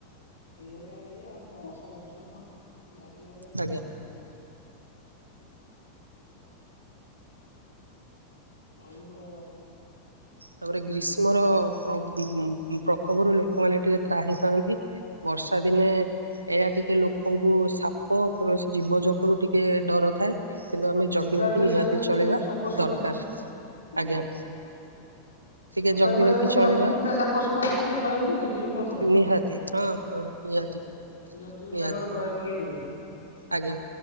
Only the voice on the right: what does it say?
ଆଜ୍ଞା
ତାପରେ ଗ୍ରୀଷ୍ମର ପ୍ର ପ୍ରକୋପରୁ ଲୋକମାନେ ଟିକେ ତ୍ରାହି ପାଆନ୍ତି। ବର୍ଷା ଦିନେ ଏହା ଟିକେ ଲୋକଙ୍କୁ ସାପ କୌଣସି ଜୀବଜନ୍ତୁ ଙ୍କୁ ଟିକେ ଡର ଥାଏ। କିନ୍ତୁ ଆମେ
ଜଗି ରଖି
ନିହାତି
ଚଳିବା
ଦରକାର
ଆଜ୍ଞା। ଟିକେ
ଜଗି
ରଖି ଚଳିବା
ନିହାତି ହଁ ହଁ। ନିହାତି।
ନିହାତି
ଆଜ୍ଞା।